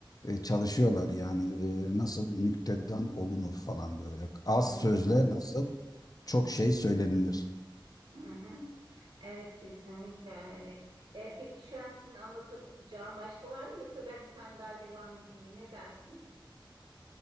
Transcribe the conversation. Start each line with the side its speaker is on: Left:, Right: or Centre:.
Left: e, çalışıyorlar. Yani e, nasıl nüktedan olunur falan böyle. Az
Right: hı hı,
Left: sözle nasıl çok şey söylenilir.
Right: hı hı. Evet kesinlikle öyle. E, peki şu an senin anlatacağın başka var mı yoksa ben bir tane daha devam edeyim mi? Ne dersin?